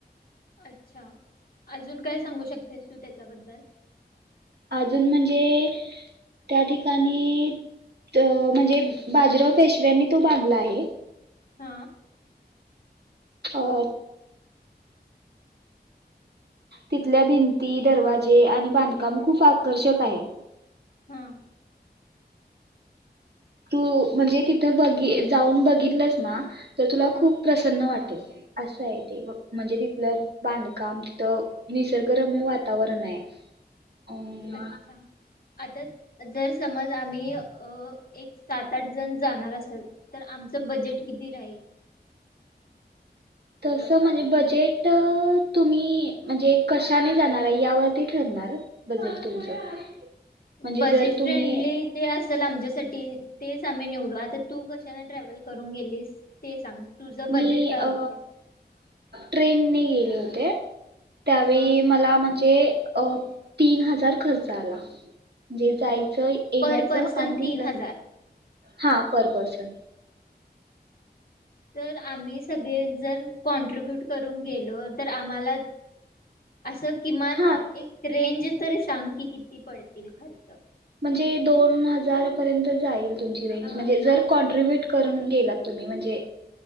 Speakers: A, on the left; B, on the right.
A: अच्छा, अजून काय सांगू शकतेस? तू त्याच्याबद्दल
B: अजून म्हणजे? त्या ठिकाणी म्हणजे बाजीराव पेशव्यांनी तो बांधला आहे.
A: हा
B: अ- तिथल्या भिंती, दरवाजे आणि बांधकाम खूप आकर्षक आहे.
A: हम्म.
B: तू म्हणजे तिथ बघि जाऊन बघितलंस ना- तर तुला
A: हा.
B: खूप प्रसन्न वाटतं- असं आहे ते, म्हणजे तिथलं बांधकाम तिथ निसर्गरम्य वातावरण आहे. अम
A: अच्छा आता जर- समज आम्ही अ एक सात-आठ जण जाणार असल तर आमचं बजेट किती राहील?
B: तसं म्हणजे बजेट तुम्ही म्हणजे कशाने जाणार आहे यावरती ठरणार, बजेट तुमचं म्हणजे
A: बजेट
B: जर तुम्ही
A: फ्रेंडली जे असेल आमच्यासाठी ते- च आम्ही निवडु, आता तू कशान ट्रॅव्हल करून गेलीस? ते सांग. तुझं बजेट
B: मी
A: काय
B: अ
A: होतं?
B: ट्रेनने गे- ले होते. त्यावेळी
A: हा.
B: मला म्हण- जे अ तीन हजार खर्च आला. म्हणजे जाय.. च येण्याच
A: पर पर्सन
B: आणि
A: तीन
B: तिथलं-
A: हजार
B: हा पर पर्सन.
A: तर आम्ही सगळे जर कॉन्ट्रिब्यूट करून गेलो तर आम्हाला- असं किमान
B: हा
A: एक रेंज- तरी सांग की किती पडतील खर्च.
B: म्हणजे दोन हजार पर्यंत जाईल तुमची रेंज म्हणजे जर कॉन्ट्रिब्युट करून गेलात तुम्ही म्हणजे